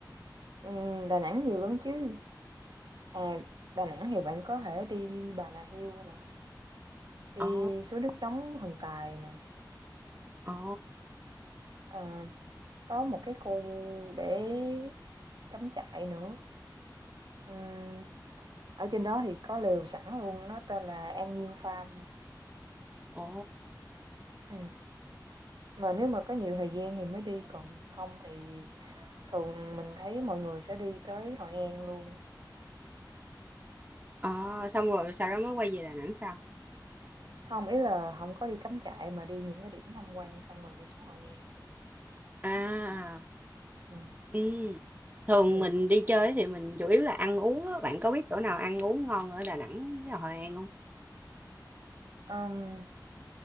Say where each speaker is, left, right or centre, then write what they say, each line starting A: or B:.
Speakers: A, on the right; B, on the right.
A: ừm, Đà Nẵng nhiều lắm chứ. À, Đà Nẵng thì bạn có thể đi Bà Nà Hills nè, đi
B: ồ
A: suối nước nóng Thần Tài nè,
B: ồ
A: Ờ, có một cái khu để cắm trại nữa. Ừm, ở trên đó thì có lều sẵn luôn, nó tên là An Nhiên Farm.
B: ồ
A: Ừ. Mà nếu mà có nhiều thời gian thì mới đi, còn không thì thường mình thấy mọi người sẽ đi tới Hội An luôn.
B: à, xong rồi sau đó mới quay về Đà Nẵng sao
A: Không, ý là không có đi cắm trại mà đi những cái điểm tham quan xong rồi đi xuống Hội An.
B: à
A: Ừ.
B: ừ. thường
A: Ừ.
B: mình đi chơi thì mình chủ yếu là ăn uống á bạn có biết chỗ nào ăn uống ngon ở Đà Nẵng với Hội An không
A: Ừm,